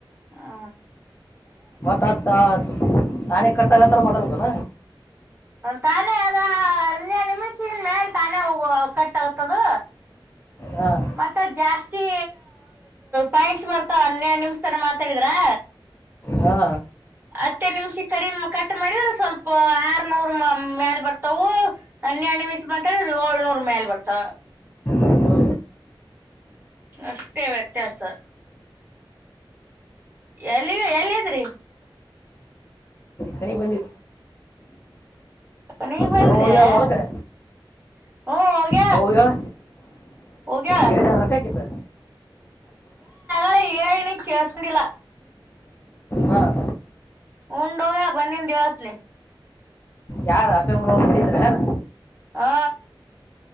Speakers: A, on the right; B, on the left.
A: ಹಾ
B: ಒಟ್ತ್ ಆತ್ ನಾನಿ ಕಟ್ಟಾಗತ್ತಾರ ಮಾತ್ರಕಣ
A: ತಾನೇ ಅದ ಹೆಡು ನಿಮಿಷನ್ ಮೇಲೆ ತಾನೇ ಹೋಗುವ ಕಟ್ ಆಗ್ತದ
B: ಹಾಂ
A: ಮತ್ತೆ ಮ ಜಾಸ್ತಿ ಪಾಯಿಂಟ್ಸ್ ಬರ್ತಾವ ಹನ್ನಡು ನಿಮ್ ತರ ಮಾತಾಡಿದ್ರಾ
B: ಹಾ
A: ಹತ್ತೇ ನಿಮ್ಷ ಕಡಿಮ ಕಟ್ ಮಾಡಿದ್ರ ಸ್ವಲ್ಪ ಆರ್ನೂರ್ ಮ್ಯಾಲ ಬರ್ತವು ಹನ್ನಯ ಹಣ್ಣ ಮೀಸ ಮಾತಾಿದ್ರಿ ಏಳ್ನೂರ್ ಮೇಲ್ ಬರ್ತಾ
B: ಹ್ಞೂ
A: ಅಷ್ಟೇ ವ್ಯತ್ಯಾಸ ಎಲ್ಲಿಗ ಎಲ್ಲದಿರಿ
B: ಮನೆಗೆ ಬಂದರಿ
A: ನೀವ್ ಬಂದ್ರ
B: ಅವ ಹೋಗ್ಯಾನ ಹೊಲಕ್ಕೆ
A: ಹ್ಮ ಹೋಗ
B: ಅವ ಹೋಗ್ಯಾಳ
A: ಹೊಗೆಲೇ
B: ಹೇಳಿದ ರೊಕ್ಕ ಹಾಕಿದ್ದ
A: ಅ ಏನ ಸಸಕೊಂಡಿಲ್ಲ
B: ಹಾಂ
A: ಉಂಡ್ಯ ಬನ್ನಿನ ದೇವಸ್ನ
B: ಯಾರ ಅಪ್ಪೆರುಗಿದ್ರ ಏನ್
A: ಹಾ